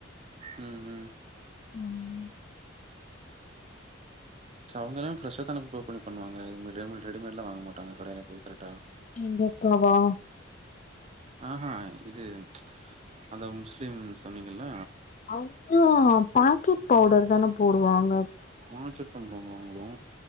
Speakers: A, on the right; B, on the left.
A: ஹ்ம் ஹ்ம்
B: உம்
A: ச அவங்க எல்லாமே ஃப்ரஷ்ஷா தான ப்ரிப்பர் பண்ணி பண்ணுவாங்க ரெடிமேட்லாம் வாங்க மாட்டாங்க கடையில் போய் கரெக்ட்டா
B: எங்க அக்காவா
A: ஆஹா இது அந்த முஸ்லீம் சொன்னீங்கல்ல
B: <inaudible> பாக்கெட் பவுடரு தான போடுவாங்க
A: <unintelligible> பண்றாங்களா உங்கள